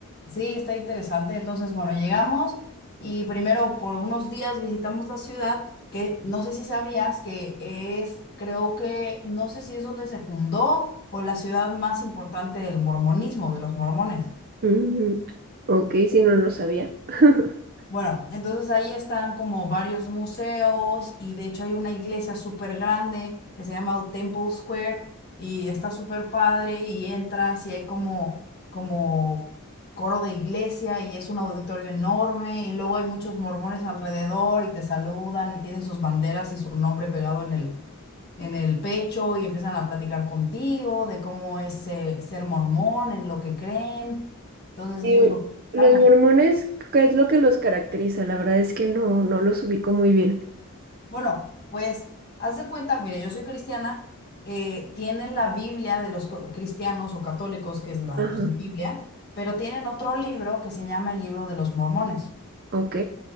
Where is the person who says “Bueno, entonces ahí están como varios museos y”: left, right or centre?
Left